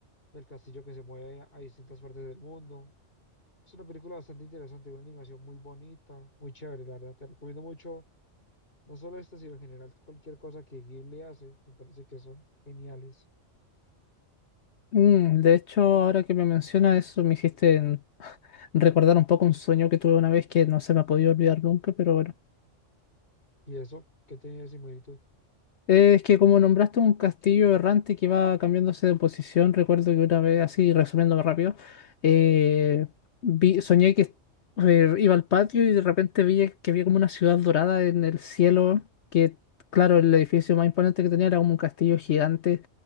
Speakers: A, on the left; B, on the left.
A: del castillo que se mueve a, a distintas partes del mundo. Es una película bastante interesante, una animación muy bonita, muy chévere, la verdad. Te recomiendo mucho, no solo esta, sino en general cualquier cosa que Ghibli hace, me parece que son geniales.
B: Mm, de hecho, ahora que me menciona eso, me hiciste en- <laughs> recordar un poco un sueño que tuve una vez que no se me ha podido olvidar nunca, pero bueno.
A: Y eso, ¿qué tenía de similitud?
B: Eh, Es que como nombraste un castillo errante que va cambiándose de posición, recuerdo que una vez, así resumiéndome rápido, eh, vi- soñé que eh, iba al patio y de repente vi que había como una ciudad dorada en el cielo, que claro, el edificio más imponente que tenía era como un castillo gigante